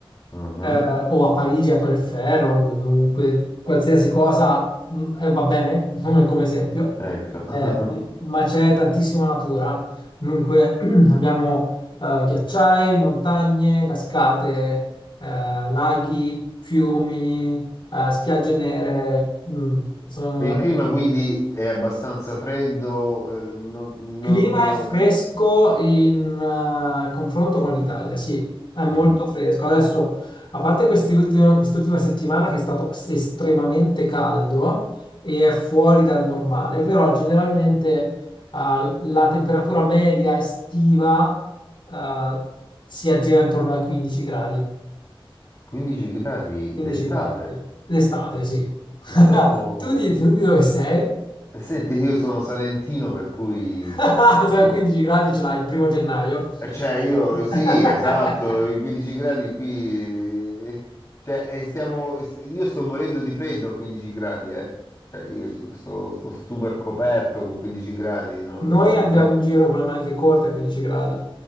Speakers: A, on the left (about 35°); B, on the left (about 60°).
A: mhm.
B: eh, o a Parigi a Torre Eiffel, o dovunque, qualsiasi cosa, mm, eh, va bene <laughs> come come esempio,
A: Ecco.
B: Eh,
A: <laughs>
B: ma c'è tantissima natura. Dunque <clears throat> abbiamo eh, ghiacciai, montagne, cascate, eh, laghi, fiumi, eh, spiagge nere, mm, sono
A: E il clima quindi è abbastanza freddo, eh, non,
B: clima
A: non-
B: è fresco in eh, confronto con l'Italia, sì, è molto
A: Mm.
B: fresco. Adesso, a parte questi ultimi- quest'ultima settimana che è stato estremamente caldo e è fuori dal normale, però generalmente eh, la temperatura media estiva eh, si aggira intorno ai 15 gradi.
A: 15 gradi
B: 15
A: d'estate,
B: gradi. L'estate, sì. <laughs>
A: ma dopo...
B: Tu di, tu di dove sei?
A: eh, Senti, io sono salentino per cui,
B: <laughs>
A: cioè, a
B: Cioè,
A: me-
B: 15 gradi ce l'hai il primo gennaio.
A: eh, cioè, io sì,
B: <laughs>
A: esatto, i 15 gradi qui, eh, cioè, eh, stiamo, st- io sto morendo di freddo a 15 gradi, eh. Cioè, io sto, sto- sto super coperto con 15 gradi, non,
B: Noi
A: non
B: andiamo
A: è...
B: in giro con le maniche corte a 15 gradi.